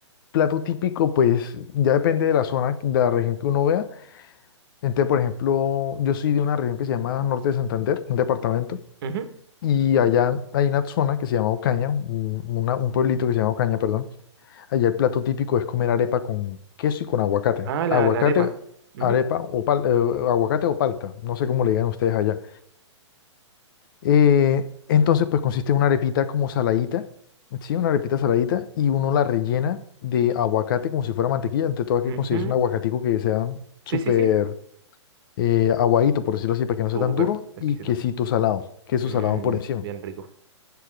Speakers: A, on the left; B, on the right.
A: plato típico, pues ya depende de la zona, de la región que uno vea. Entonces, por ejemplo, yo soy de una región que se llama Norte de Santander, un departamento.
B: Ujú.
A: Y allá hay una zona que se llama Ocaña, un una- un pueblito que se llama Ocaña, perdón. Allá el plato típico es comer arepa con queso y con aguacate.
B: Ah,
A: Aguacate,
B: la, la arepa. Ujú,
A: arepa o pal- eh, aguacate o palta, no sé cómo le digan ustedes allá. Eh, entonces, pues consiste en una arepita como saladita, ¿sí? Una arepita saladita y uno la rellena de aguacate como si fuera mantequilla. Ante todo, hay
B: ujú.
A: que conseguirse un aguacatico que sea súper
B: Sí, sí, sí.
A: eh, aguadito, por decirlo así, para que no sea
B: Súper,
A: tan duro
B: exquisito.
A: y quesito salado, queso
B: Mm,
A: salado por encima.
B: bien rico.